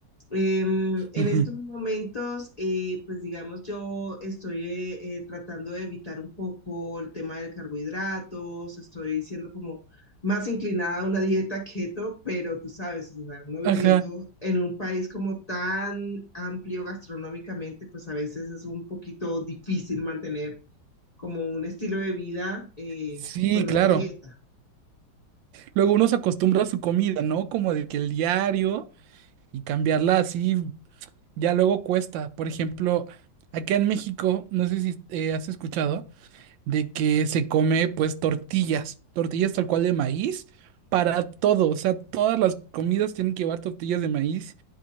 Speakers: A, on the left; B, on the right.
A: Em, en
B: ujú,
A: estos momentos, eh, pues digamos, yo estoy eh, eh, tratando de evitar un poco el tema de carbohidratos, estoy siendo como más inclinada a una dieta keto, pero tú sabes, o sea, uno viviendo
B: ajá,
A: en un país como tan amplio gastronómicamente, pues a veces es un poquito difícil mantener como un estilo de vida eh,
B: sí,
A: con
B: claro.
A: una dieta.
B: Luego uno se acostumbra a su comida, ¿no? Como de que el diario y cambiarla así ya luego cuesta. Por ejemplo, acá en México, no sé si eh, has escuchado, de que se come pues tortillas, tortillas tal cual de maíz para todo. O sea, todas las comidas tienen que llevar tortillas de maíz